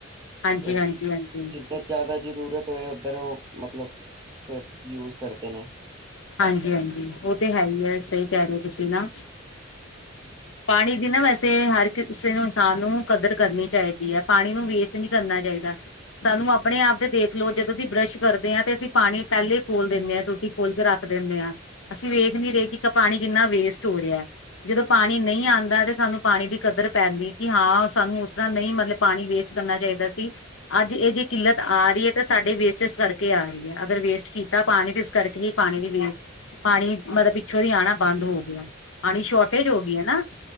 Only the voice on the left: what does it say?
ਹਾਂਜੀ-ਹਾਂਜੀ-ਹਾਂਜੀ,
ਹਾਂਜੀ-ਹਾਂਜੀ, ਉਹ ਤੇ ਹੈਈ ਏ, ਸਹੀ ਕਹਿ ਰਹੇ ਓ ਤੁਸੀਂ ਨਾ।
ਪਾਣੀ ਦੀ ਨਾ ਵੈਸੇ ਹਰ ਕਿਸੇ ਨੂੰ ਇਨਸਾਨ ਨੂੰ ਕਦਰ ਕਰਨੀ ਚਾਹੀਦੀ ਹੈ, ਪਾਣੀ ਨੂੰ ਵੇਸਟ ਨਹੀਂ ਕਰਨਾ ਚਾਹੀਦਾ। ਸਾਨੂੰ ਆਪਣੇ-ਆਪ ਤੇ ਦੇਖਲੋ ਜਦੋਂ ਅਸੀਂ ਬਰੱਸ਼ ਕਰਦੇ ਆਂ, ਤੇ ਅਸੀਂ ਪਾਣੀ ਪਹਿਲੇ ਖੋਲ ਦਿੰਦੇ ਆ, ਟੂਟੀ ਖੋਲ ਕੇ ਰੱਖ ਦਿੰਨੇ ਆ, ਅਸੀਂ ਵੇਖ ਨੀ ਰਹੇ ਕਿ ਪਾਣੀ ਕਿੰਨਾ ਵੇਸਟ ਹੋ ਰਿਹਾ, ਜਦੋਂ ਪਾਣੀ ਪਾਣੀ ਨਹੀਂ ਆਂਦਾ ਤੇ ਸਾਨੂੰ ਪਾਣੀ ਦੀ ਕਦਰ ਪੈਂਦੀ, ਕਿ ਹਾਂ ਸਾਨੂੰ ਉਸ ਤਰ੍ਹਾਂ ਨਹੀਂ ਮਤਲਬ ਪਾਣੀ ਵੇਸਟ ਕਰਨਾ ਚਾਹੀਦਾ ਸੀ। ਅੱਜ ਇਹ ਜੇ ਕਿੱਲਤ ਆ ਰਹੀ ਏ, ਤਾਂ ਸਾਡੇ ਵੇਸਟੇਜ ਕਰਕੇ ਆ ਰਹੀ ਏ, ਅਗਰ ਵੇਸਟ ਕੀਤਾ ਪਾਣੀ ਤੇ ਇਸ ਕਰਕੇ ਹੀ ਪਾਣੀ ਦੀ ਵੇਸਟ, ਪਾਣੀ ਮਤਲਬ ਪਿੱਛੋਂ ਦੀ ਆਣਾ ਬੰਦ ਹੋਗਿਆ, ਪਾਣੀ ਸ਼ੋਰਟੇਜ
ਹੋਗੀਆ।
ਨਾ,